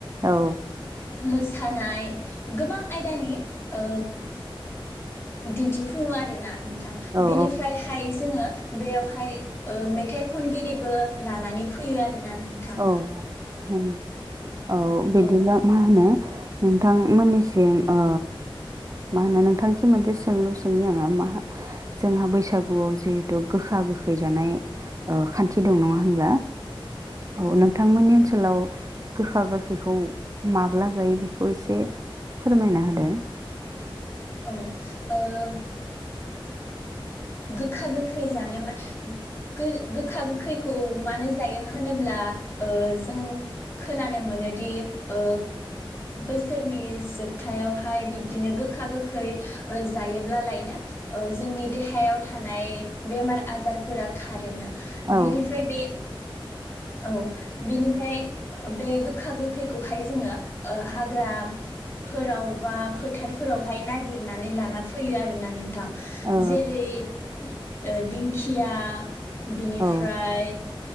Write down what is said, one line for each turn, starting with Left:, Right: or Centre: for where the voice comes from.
Right: औ
Left: मोसानाय गोबां आयदानि ओ दिन्थिफुङो आरोना थां‌
Right: औ
Left: बेनिफ्रायहाय जोंङो बेयावहाय ओ मेथाइ खनगिरिबो लानानै फैयो आरोना नोंथां
Right: औ औ बिदिब्ला
Left: औ
Right: मा होनो नोंथांमोननिसिम ओ मा होनो नोंथांसिम मोनसे सोंलु सोंनि आंङो मा जोंहा बैसागुआव जिहेथु गोखा गोखै जानाय ओ खान्थि दं नंङा होनब्ला। औ नोंथांमोननि ओन लाव गोखा गोखैखौ माब्ला जायो बेखौ एसे फोरमायना होदो।
Left: औ ओ गोखा गोखै जानाय मा गो गोखा गोखैखौ मानो जायो होनोब्ला ओ जों खोनानो मोनोदि ओ बोसोरनि जोब थायावहाय बिब्दिनो गोखा गोखै ओ जायोब्लालायनो ओ जोंनि देहा हायाव थानाय बेमार आजारफोरा खारोनो बेनिफ्राय
Right: औ
Left: बे औ बेनिफ्राय बे गोखा गोखैखौहाय जोङो ओ हाग्राफोराव बा फोथारफोरावहाय नागिरनानै लाना फैयो आरोना नोंथां।
Right: ओ
Left: जेरै ओ दिंखिया बिनिफ्राय
Right: औ